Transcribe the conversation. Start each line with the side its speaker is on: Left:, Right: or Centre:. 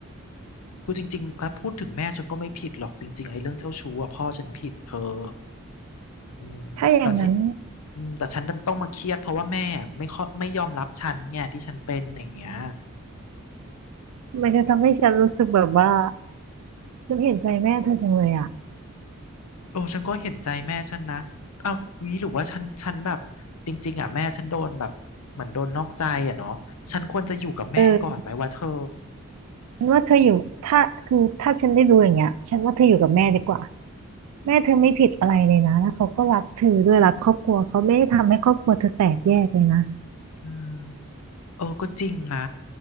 Left: คือจริงๆอ่ะพูดถึงแม่ฉันก็ไม่ผิดหรอกจริงๆไอ้เรื่องเจ้าชู้อะพ่อฉันผิดเธออืมแต่สิ
Right: ถ้าอย่างนั้น
Left: อืมแต่ฉันดันต้องมาเครียดเพราะว่าแม่ไม่ค่อยไม่ยอมรับฉันไงที่ฉันเป็นอย่างเงี้ย
Right: มันจะทำให้ฉันรู้สึกแบบว่า ฉันเห็นใจแม่เธอจังเลยอ่ะ
Left: โอ้ฉันก็เห็นใจแม่ฉันนะเอ้าวีหรือว่าฉันฉันแบบจริงๆอ่ะแม่ฉันโดนแบบเหมือนโดนนอกใจอ่ะเนาะฉันควรจะอยู่กับแม่ก่อนไหมวะเธอ
Right: เออฉันว่าเธออยู่ถ้าคือ ถ้าฉันได้รู้อย่างเงี้ยฉันว่าเธออยู่กับแม่ดีกว่า แม่เธอไม่ผิดอะไรเลยนะแล้วเขาก็รักเธอด้วยรักครอบครัวเขาไม่ได้ทำให้ครอบครัวเธอแตกแยกเลยนะ
Left: อืม เออก็จริงนะ